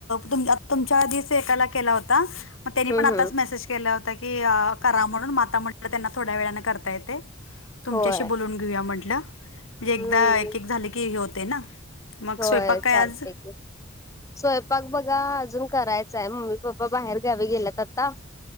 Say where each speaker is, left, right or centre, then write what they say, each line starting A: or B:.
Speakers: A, on the left; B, on the left.
A: तुम तुमच्या आधीच वेकाला केला होता मग त्यानी
B: हम्म
A: पण आताच
B: हम्म
A: मेसेज के के होत की करा म्हणून माता म्हण त्यांना थोड्या वेळाने करता येते. तुमच्याशी
B: होय
A: बोलून घेऊया म्हटलं. म्हणजे एकदा
B: हम्म
A: एक एक झाले की हे होते ना मग
B: होय
A: स्वयंपाक काय
B: चालते
A: आज
B: की स्वयंपाक बघा अजून करायचांय मम्मी पप्पा बाहेर घ्यावी गेलात आता